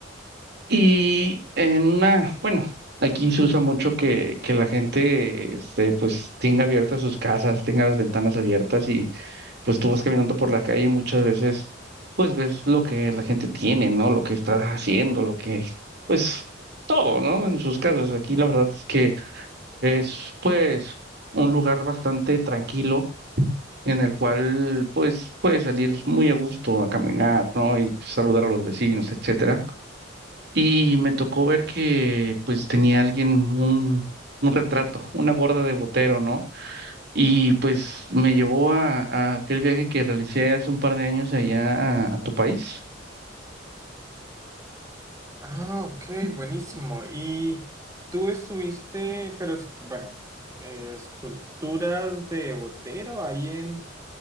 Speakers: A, on the right; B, on the right.
A: Y en una, bueno, aquí se usa mucho que, que la gente, este, pues tenga abiertas sus casas, tenga las ventanas abiertas y pues tú vas caminando por la calle y muchas veces, pues ves lo que la gente tiene, ¿no? Lo que está haciendo, lo que, pues todo, ¿no? En sus casas. Aquí la verdad es que es, pues, un lugar bastante tranquilo en el cual, pues, puedes salir muy a gusto a caminar, ¿no? Y saludar a los vecinos, etcétera. Y me tocó ver que pues tenía alguien un, un retrato, una gorda de Botero, ¿no? Y pues me llevó a, a aquel viaje que realicé hace un par de años allá a, a tu país.
B: Ah, ok, buenísimo. Y tú estuviste, pero es- bueno, eh, esculturas de Botero ahí en...